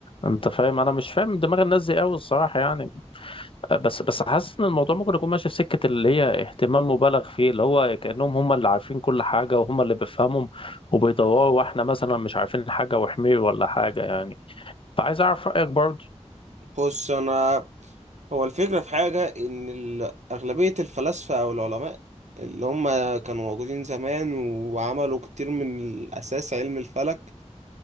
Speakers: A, on the left; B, on the right.
A: أنت فاهم أنا مش فاهم دماغ الناس دي أوي الصراحة يعني بس بس حاسس إن الموضوع ممكن يكون ماشي في سكة اللي هي اهتمام مبالغ فيه اللي هو كأنهم هم اللي عارفين كل حاجة وهم اللي بيفهمهم وبيدوروا وإحنا مثلا مش عارفين حاجة وحمير ولا حاجة يعني فعايز أعرف رأيك برضه
B: بص انا هو الفكرة في حاجة ان ال- اغلبية الفلاسفة او العلماء اللي هم كانوا موجودين زمان وعملوا كتير من الاساس علم الفلك